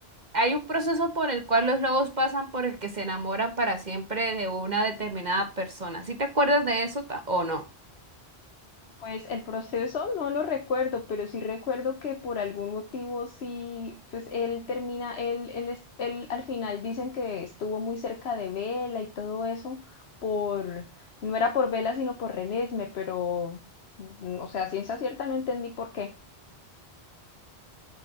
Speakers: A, on the right; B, on the left.
A: hay un proceso por el cual los lobos pasan por el que se enamoran para siempre de una determinada persona. ¿Sí te acuerdas de eso ta- o no?
B: Pues el proceso no lo recuerdo, pero sí recuerdo que por algún motivo sí, pues él termina, él, él, es- él al final dicen que estuvo muy cerca de Vela y todo eso, por, no era por Vela sino por Renesme, pero, mm, mm, o sea, a ciencia cierta no entendí por qué.